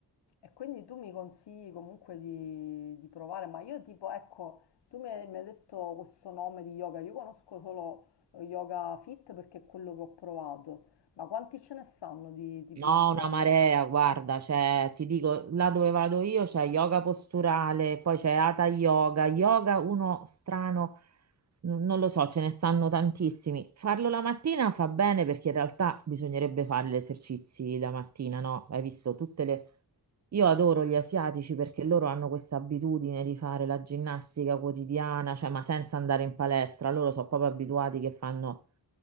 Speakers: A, on the left; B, on the right.
A: E quindi tu mi consigli comunque di, di provare, ma io tipo, ecco, tu mi hai, mi hai detto questo nome di yoga, io conosco solo eh, Yoga Fit perché è quello che ho provato, ma quanti ce ne sanno di tipi
B: No,
A: di yoga?
B: una marea, guarda, cioè, ti dico, là dove vado io c'è yoga posturale, poi c'è Hatha Yoga, yoga uno strano, n- non lo so, ce ne stanno tantissimi. Farlo la mattina fa bene perché in realtà bisognerebbe fare gli esercizi la mattina, no? Hai visto tutte le... Io adoro gli asiatici perché loro hanno questa abitudine di fare la ginnastica quotidiana, cioè, ma senza andare in palestra, loro sono proprio abituati che fanno